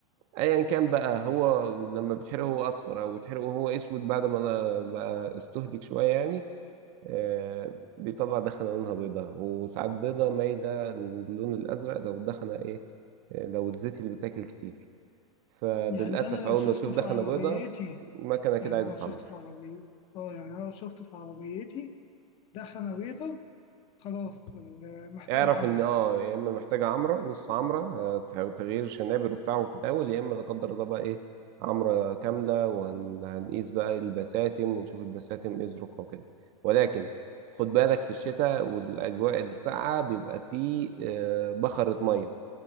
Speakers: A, on the right (about 35°); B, on the left (about 30°).
A: ايا كان بقى هو لما بيتحرق هو اصفر او بيتحرق وهو اسود بعد ما انا بقى استهلك شويه يعني آه، بيطلع دخنه لونها بيضاء وساعات بيضاء مايله للون الازرق لو الدخنه ايه آه، لو الزيت اللي بيتاكل كتير فللاسف
B: يعني انا لو
A: اول
B: شفت
A: ما السيوف
B: في
A: دخل
B: عربيتي
A: بيضه المكنه كده
B: يعني أنا
A: عايزه
B: لو شفت
A: تعمر
B: في عربيتي اه يعني أنا لو شفت في عربيتي دخنة بيضة خلاص ال- محتاج
A: اعرف
B: عمرة
A: ان اه يا اما محتاجه عمره نص عمره تغيير شنابر وبتاعه في الاول يا اما لا قدر الله بقى ايه عمره كامله وهنقيس بقى البساتم ونشوف البساتم ايه ظروفها وكده ولكن خد بالك في الشتاء والاجواء الساقعه بيبقى فيه آه، بخرة ميه